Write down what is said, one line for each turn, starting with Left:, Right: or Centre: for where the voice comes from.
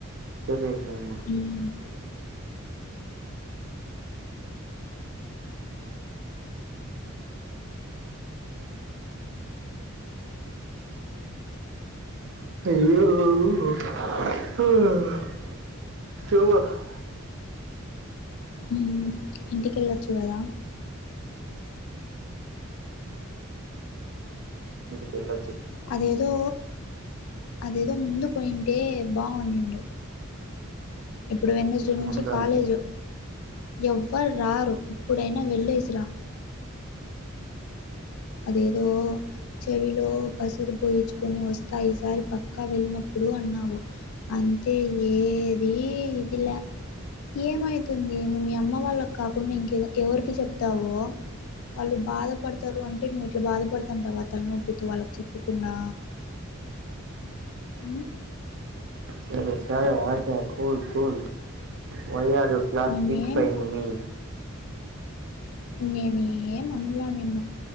Right: తెలియదులేమ్మ
Left: మ్
Right: అయ్యే
Left: మ్ ఇంటికిెళ్ళొచ్చు కదా
Right: కేల్
Left: అదేదో అదేదో ముందు పోయింటే బాగుంనిండు ఇప్పుడు వెన్నస్ డే నుంచి
Right: ముందు
Left: కాలేజ్
Right: అంటే
Left: ఎవ్వరు రారు ఇప్పుడైనా వెళ్ళేసి రా అదేదో చెవిలో పసరు పోయించుకొని వస్తా ఈసారి పక్కా వెళ్ళినప్పుడు అన్నావు అంతే ఏది ఇదిలే ఏమైతుంది నువ్వు మీ అమ్మ వాళ్ళకి కాకుండా ఇంకె ఎవరికి చెప్తావు వాళ్ళు బాధపడుతారు అంటే నువ్వు ఇట్లా బాధపడుతంటావా తల నొప్పితో వాళ్ళకి చెప్పకుండా మ్
Right: సరే ఓ సరి what a cool cool why are you class
Left: నిన్నేం
Right: pick ఫేంగ్ మీ
Left: ఇంగేమి ఏమనలే నిన్ను